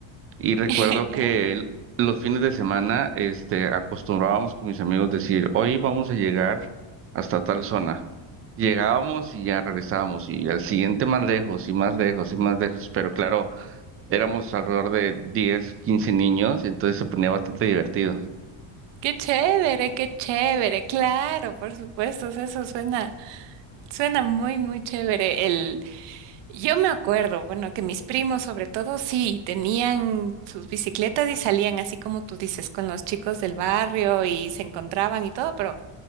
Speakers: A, on the right (about 30°); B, on the right (about 65°).
A: Y recuerdo
B: <laughs> ¿Ya?
A: que el- los fines de semana, este, acostumbrábamos con mis amigos decir, hoy vamos a llegar hasta tal zona. Llegábamos y ya regresábamos, y al siguiente más lejos, y más lejos, y más lejos. Pero claro, éramos alrededor de 10 15 niños, y entonces se ponía bastante divertido.
B: Qué chévere, qué chévere, claro, por supuesto, o sea, eso suena, suena muy, muy chévere. El, yo me acuerdo, bueno, que mis primos sobre todo sí tenían sus bicicletas y salían así como tú dices, con los chicos del barrio y se encontraban y todo, pero